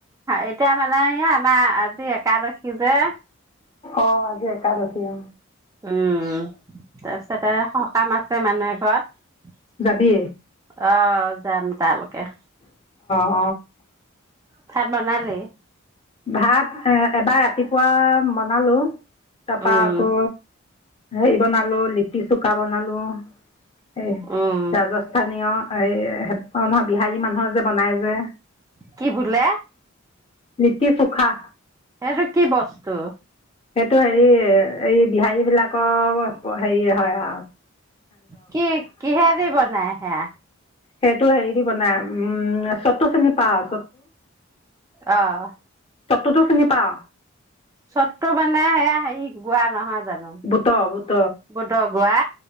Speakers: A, on the right; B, on the left.
A: এতিয়া মানে আমাৰ আজি একাদশী। যে
B: অ আজি একাদশী অ।
A: উম। তাৰপিছতে সকাম আছে মানুহে। ঘৰত।
B: যাবি
A: অহ। য়াম তালেকে।
B: অ।
A: ভাত বনালি।
B: ভাত এ এবাৰ। ৰাতিপুৱা বনালো। টাপা
A: উম
B: আকৌ। হেৰি বনালো লিটি চুকা বনালো। এ
A: উম
B: ৰাজস্থানীয় হেৰি বিহাৰী মানুহৰ যে বনাই যে
A: কি বুুলে
B: নিতি চুখা
A: এইটো কি বস্তু
B: এইটো হেৰি এই বিহাৰী এই বিলাকৰ হেৰি হয় অ
A: কি কিহেদি বনাই আহে
B: সেইটো হেৰি দি বনাই উম ছতো শ্ৰেণী পাও
A: আহ
B: চবটোতো চিঙি পা
A: চততটো মানে সেয়া হেৰি গোৱা নহয় জানো
B: বুত বুত
A: বুটৰ গোৱা